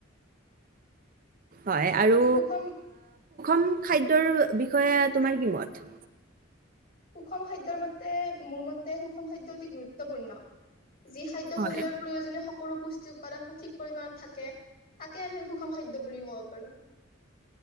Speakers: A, on the right; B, on the left.
A: হয় আৰু।
B: সুষম
A: ন খাদ্যৰ বিষয়ে তোমাৰ কিমত?
B: সুষম খাদ্যৰ মতে মোৰ মতে সুষম খাদ্যয় অতি গুৰুত্বপূৰ্ণ। যি খাদ্য
A: হয়
B: শৰীৰৰ প্ৰয়োজনীয়। সৰু পুষ্টি উৎপাদন সঠিক পৰিমণত থাকে তাকে আমি সুষম খাদ্য বুলিু ক'ব পাৰো